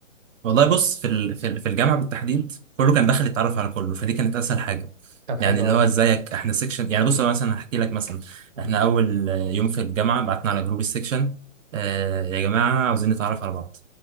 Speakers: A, on the right (about 75°); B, on the right (about 40°).
A: والله بص في ال- في ال- في الجامعه بالتحديد كله كان داخل يتعرف على كله فدي كانت اسهل حاجه
B: طب حلو
A: يعني اللي
B: أهو
A: هو ازيك احنا سيكشن يعني بص انا مثلا هحكي لك مثلا
B: مم.
A: احنا اول آه، يوم في الجامعه بعتنا على جروب السيكشن آه يا جماعه عاوزين نتعرف على بعض